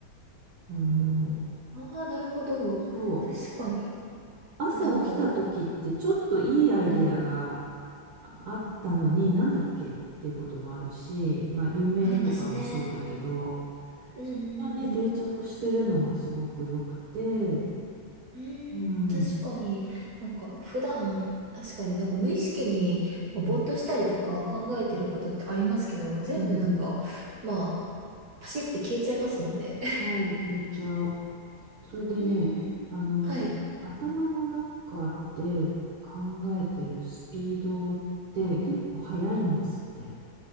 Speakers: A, on the right; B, on the right.
A: あの、
B: うん。ああー、なるほど。
A: そう、
B: 確かに。
A: 朝起きた時ってちょっといいアイデアが
B: なんか、うん。
A: あったのに、なんだっけっていうこともあるし、まあ、夢とかもそうだけど、
B: ありますね。うんうんうん。
A: そこがね、定着してるのがすごく良くて、
B: うーん、
A: うん、
B: 確かに。
A: う
B: なんか普段、確かになんか無意識にぼーっとしたりとか考えてることってありますけど、
A: ん、うん、
B: 全部なんか、
A: うん、
B: まあ、パシって消えちゃいますもんね。
A: そう、消えちゃう。それでね、
B: えー、
A: あの、
B: はい。
A: 頭の中で考えてるスピードって結構速いんですって。